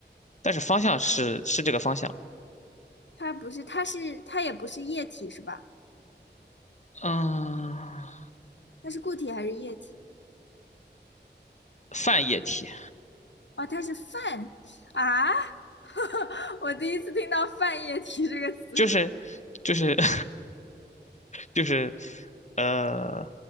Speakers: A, on the left; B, on the left.
A: 但是方向是是这个方向。
B: 它不是，它是它也不是液体是吧？
A: 嗯，
B: 它是固体还是液体？
A: 泛液体。
B: 哦，它是泛啊！<laughs> 我第一次听到“泛液体”这个词是什么
A: 就是就是 <laughs> 就是呃，